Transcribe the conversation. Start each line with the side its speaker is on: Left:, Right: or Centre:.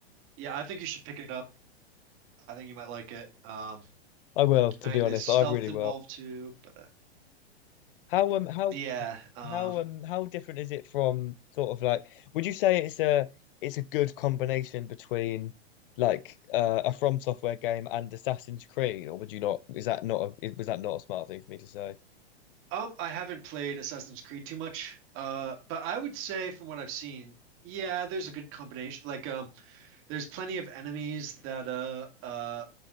Right: yeah, I think you should pick it up. I think you might like it. Um,
Left: I will, to
Right: and
Left: be honest,
Right: there's stealth
Left: I really
Right: involved
Left: will.
Right: too, but uh,
Left: How um how
Right: yeah. Um,
Left: how um how different is it from sort of like would you say it's a it's a good combination between like uh, a From Software game and Assassin's Creed, or would you not? Is that not a is- was that not a smart thing for me to say?
Right: um, I haven't played Assassin's Creed too much. Uh, but I would say from what I've seen, yeah, there's a good combination. Like, um, there's plenty of enemies that uh uh